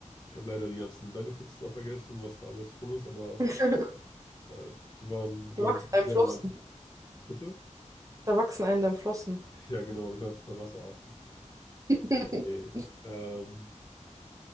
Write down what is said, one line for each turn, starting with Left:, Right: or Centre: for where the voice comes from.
Left: ich habe leider die ganzen Benefits da vergessen, was da alles drin ist, aber
Right: <laughs>
Left: äh, die waren, glaube
Right: Da wachsen
Left: ich,
Right: einem
Left: sehr
Right: Flossen.
Left: lang. Bitte?
Right: Da wachsen einem dann Flossen.
Left: Ja, genau, du kannst unter Wasser atmen.
Right: <laughs>
Left: Nee, ähm,